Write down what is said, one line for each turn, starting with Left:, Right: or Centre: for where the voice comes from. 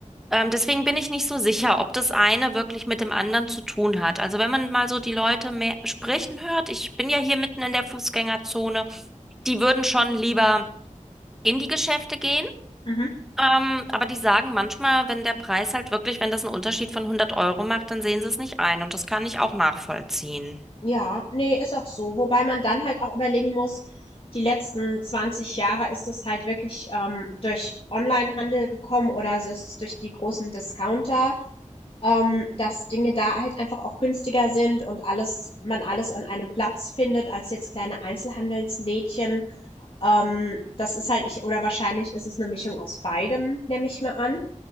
Centre: Ähm, deswegen bin ich nicht so sicher, ob das eine wirklich mit dem anderen zu tun hat. Also wenn man mal so die Leute mehr sprechen hört, ich bin ja hier mitten in der Fußgängerzone, die würden schon lieber in die Geschäfte gehen.
Left: Mhm.
Centre: Ähm, aber die sagen manchmal, wenn der Preis halt wirklich, wenn das einen Unterschied von hundert Euro macht, dann sehen sie es nicht ein. Und das kann ich auch nachvollziehen.
Left: Ja, nee, ist auch so. Wobei man dann halt auch überlegen muss, die letzten 20 Jahre ist das halt wirklich ähm, durch Onlinehandel gekommen oder es ist durch die großen Discounter, ähm, dass Dinge da halt einfach auch günstiger sind und alles, man alles an einem Platz findet, als jetzt kleine Einzelhandelslädchen. Ähm, das ist halt ich, oder wahrscheinlich ist es eine Mischung aus beidem, nehme ich mal an.